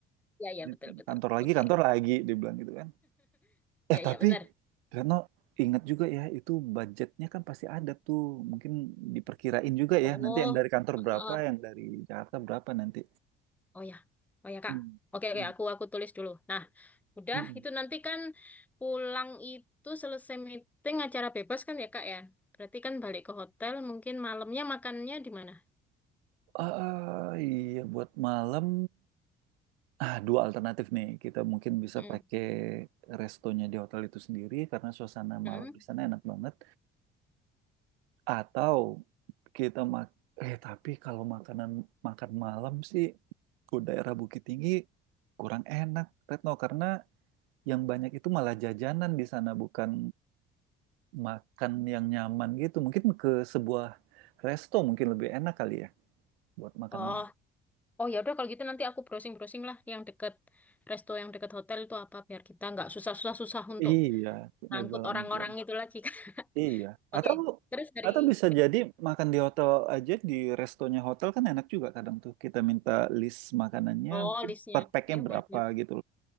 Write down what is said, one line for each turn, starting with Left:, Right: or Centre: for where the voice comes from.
Centre: iya, iya
Right: Gitu.
Centre: betul betul.
Right: kantor lagi
Centre: Oke,
Right: kantor lagi dia bilang gitu kan
Centre: iya
Right: eh tapi
Centre: iya benar.
Right: Reno ingat juga ya itu budgetnya kan pasti ada tuh mungkin diperkirain juga
Centre: Oh,
Right: ya nanti yang dari kantor
Centre: heeh.
Right: berapa yang dari Jakarta berapa nanti
Centre: Oh ya, oh ya Kak.
Right: Hmm.
Centre: Oke oke
Right: Hmm.
Centre: aku aku tulis dulu. Nah, udah
Right: Hmm.
Centre: itu nanti kan pulang itu selesai meeting acara bebas kan ya Kak ya. Berarti kan balik ke hotel mungkin malamnya makannya di mana?
Right: Ah, iya buat malam ah dua alternatif nih kita mungkin bisa
Centre: Mm-mm.
Right: pakai restonya di hotel itu sendiri karena suasana
Centre: Mm-mm.
Right: malam di sana enak banget Atau kita mak eh tapi kalau makanan makan malam sih ke daerah Bukit Tinggi kurang enak Retno karena yang banyak itu malah jajanan di sana bukan makan yang nyaman gitu. Mungkin ke sebuah resto mungkin lebih enak kali ya buat makan
Centre: Oh,
Right: malam.
Centre: oh ya udah kalau gitu nanti aku browsing-browsing lah yang deket resto yang deket hotel itu apa biar kita nggak susah-susah susah untuk
Right: Iya, tinggal
Centre: Ngangkut
Right: jalan
Centre: orang-orang
Right: aja.
Centre: itu lagi kan. <laughs>
Right: Iya.
Centre: Oke,
Right: Atau
Centre: terus dari
Right: atau bisa
Centre: ke-
Right: jadi makan di hotel aja di restonya hotel kan enak juga kadang tuh. Kita minta list makanannya
Centre: oh
Right: mungkin
Centre: listnya
Right: per packnya
Centre: ya
Right: berapa
Centre: boleh boleh. <laughs>
Right: gitu